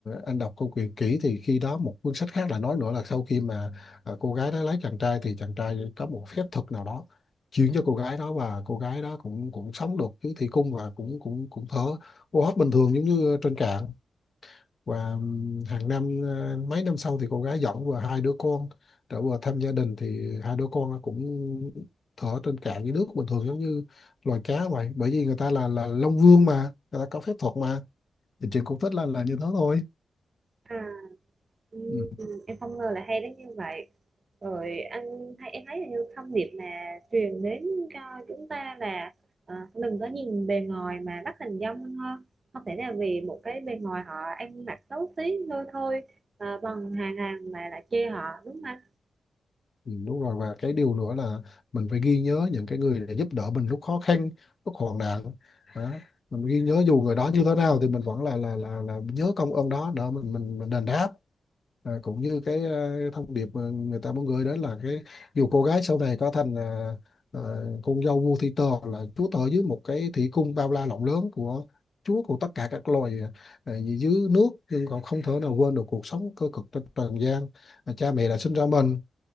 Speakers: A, on the left; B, on the right.
A: anh đọc câu chuyện kỹ thì khi đó một cuốn sách khác là nói nữa là sau khi mà ờ, cô gái đó lấy chàng trai thì chàng trai có một phép thuật nào đó chuyển cho cô gái đó và cô gái đó cũng cũng sống được cái thủy cung và cũng cũng cũng thở hô hấp bình thường giống như trên cạn và hàng năm ờ, mấy năm sau thì cô gái dẫn vừa hai đứa con trở vừa thăm gia đình thì hai đứa con nó cũng thở trên cạn dưới nước bình thường giống như loài cá vậy bởi vì người ta là là Long Vương mà người ta có phép thuật mà thì chuyện cũng thích là là như thế thôi
B: à, ừ,
A: ừ.
B: ừ, em không ngờ là hay đến như vậy rồi anh hay em thấy là như thông điệp mà truyền đến cho chúng ta là ờ, đừng có nhìn bề ngoài mà bắt hình dong hơn ha. không thể là vì một cái bề ngoài họ ăn mặc xấu xí lôi thôi à, bằng hàng hàng mà lại chê họ đúng không anh
A: Ừ, đúng rồi và cái điều nữa là mình phải ghi nhớ những cái người đã giúp đỡ mình lúc khó khăn lúc hoạn nạn đó. mình ghi nhớ dù người đó như thế nào thì mình vẫn là là là, là nhớ công ơn đó để mình mình, mình đền đáp à, cũng như cái à, thông điệp mà người ta muốn gửi đến là cái dù cô gái sau này có thành à, à, con dâu vua Thi Tơ là chúa tể dưới một cái thủy cung bao la rộng lớn của chúa của tất cả các loài à, dưới nước nhưng còn không thể nào quên được cuộc sống cơ cực trên trần gian à, cha mẹ đã sinh ra mình